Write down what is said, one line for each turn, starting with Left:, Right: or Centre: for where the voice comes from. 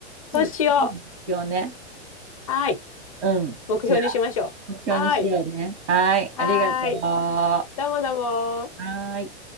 Right: う。
Left: そうしよ
Right: じゃあ次の目標ね。
Left: う。はい。
Right: うん、
Left: 目標にしましょう。
Right: じゃあ目標にしようね。
Left: はい。
Right: はい、
Left: はい。
Right: ありがとう。は
Left: どうもどうも。
Right: ーい。